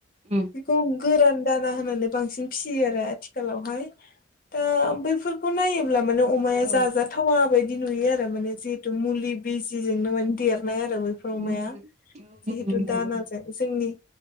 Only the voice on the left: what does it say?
बेखौ गोरान दाना होनानै बांसिन फिसियो आरो आथिखालावहाय। दा बैफोरखौ नायोब्ला माने अमाया
जाजाथावा
बायदि नुयो आरो माने जि थु मुलि बिजिजोंनो माने देरनाय आरो बैफोर अमाया
जिहेतु
दाना जों जोंनि